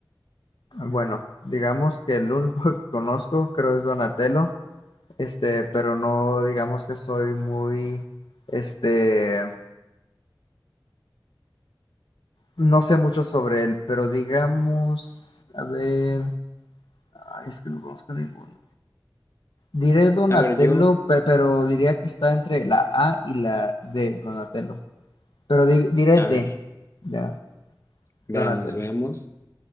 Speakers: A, on the left; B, on the left.
A: Bueno, digamos que el único <laughs> que conozco creo es Donatello, este, pero no digamos que soy muy, este, no sé mucho sobre él, pero digamos, a ver, ay, es que no conozco ninguno. Diré Donatello,
B: A ver, yo,
A: pe- pero diría que está entre la A y la D, Donatello. Pero di- diré
B: a
A: D,
B: ver,
A: ya,
B: veamos,
A: Donatello.
B: veamos.